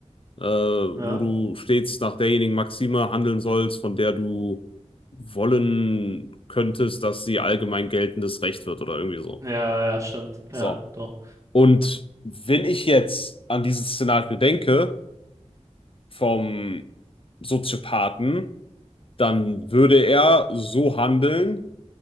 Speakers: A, on the left; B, on the right.
A: äh, wo
B: Ja,
A: du stets nach derjenigen Maxime handeln sollst, von der du wollen könntest, dass sie allgemein geltendes Recht wird oder irgendwie so.
B: ja, ja, stimmt. Ja,
A: So.
B: doch.
A: Und wenn ich jetzt an dieses Szenario denke, vom Soziopathen, dann würde er so handeln,